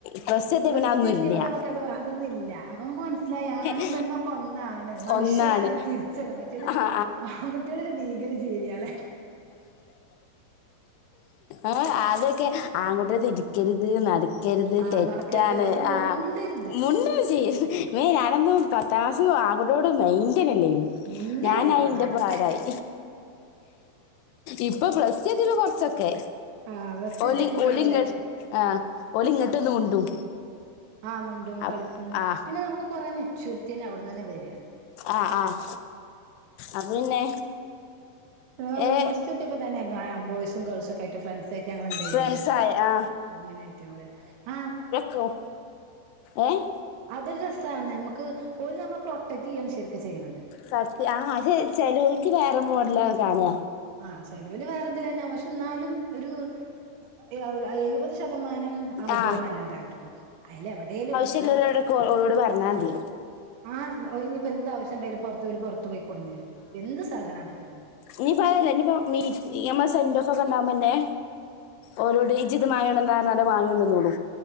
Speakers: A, on the left; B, on the right.
A: പ്ലസ് ടു എത്തിയ
B: പ്ലസ്റ്റു
A: പിന്നെ അതൊന്നും
B: എത്തിയപ്പം
A: ഇല്ല
B: നമുക്കത് വ അതൊന്നില്ല അപം നമുക്ക് മനസ്സിലായി ആഹ് ആണും
A: ഏ
B: പെണ്ണൊക്കെ ഒന്നാണ് മനുഷ്യരാണ്
A: ഒന്നാണ്
B: തിരിച്ചറിഞ് മറ്റേത്ട്
A: ആ
B: കുറ്റികൊരു ഭീകര ജീവികള
A: ആഹ് അതൊക്കെ ആൺകുട്ടികളുടെടുത്തിരിക്കരുത് അടു രുത്
B: ആഹ്
A: തെറ്റാണ്
B: നടക്കരുത് ഓലോട് മുണ്ടരുത്
A: ആഹ് മുണ്ടും ചെയ്യരുത് മ്മേ ഞാനൊന്നും പത്താം ക്ലാസ്സ് ആൺകുട്ടികളോട് മെയിന്റന ഇല്ലായിരുന്നു
B: മുണ്ടിയ
A: ഞാനയിന്റെ
B: ലൗവാണ് അവിടെ
A: പാടായി ഇപ്പൊ പ്ലസ് ടു എത്തിയപ്പോൾ കൊറച്ചൊക്കെ
B: ആഹ് പ്ലസ് ടു
A: ഓലി
B: എത്തിയ പിന്നെ
A: ഒലിങ്ങ്
B: ഓലായിട്ട്
A: ആഹ് ഓലിങ്ങട്ട്ന്ന് മുണ്ടും
B: ആഹ് മുണ്ടും
A: അപ്
B: കളിക്കും
A: ആ
B: പിന്നെ നമുക്ക് കൊറെ മെച്യൂരിറ്റി തന്നെ അവിടെന്നന്നെ വരും.
A: ആഹ് ആഹ് അത് പിന്നെ
B: എ പിന്നെ
A: ഏ
B: പ്ലസ് ടൂ എത്തിയപ്പോ തന്നെ എന്നാ ബോയ്സും ഗേൾസൊക്കായിട്ട് ഫ്രണ്ട്സായിട്ട് ഞങ്ങളെന്തെയ്യും
A: ഫ്രണ്ട്സായി ആ
B: അങ്ങനെയിട്ട മള് ആഹ്
A: കൊം ഏഹ്
B: അതൊരു രസാണ് നമുക്ക് ഓരു നമ്മളെ പ്രൊട്ടക്ട് ചെയ്യാണ് ശരിക്ക് ചെയ്യണത്
A: സത്യ ആഹ് അതെ ചെലോയ്ക്ക് വേറെ മോഡലാണ് കാണ
B: ആഹ് സെലവിൽ വേറെതില തന്നെയാ പക്ഷെ എന്നാലും ഒരു എഴപത് <unintelligible> ശതമാനം ആൺകുട്ടികളും
A: ആ
B: നല്ലവരാണ്‌ട്ടോ അയില് എവിടെലും
A: ജ <unintelligible> പ്പൊ ഓളോട്പറഞ്ഞാതി
B: ആഹ് ഒരു ഇനി ഇപ്പോ എന്ത ആവശ്യം ഉണ്ടായാലും പുറത്തു പോ പുറത്തു പോയി കൊടുന്നെരും എന്ത് സാധനം ആണെങ്കിലും
A: ഇനി പയല്ലേ ഇനിപ്പ മീ നമ്മ സെൻ്റോഫൊക്കെ ണ്ടാവുമ്പന്നെ ഓരോടെ ഇജിത് മങ്ങണ്ടെന്നാരല്ല മായണ്ടന്നോള്ളു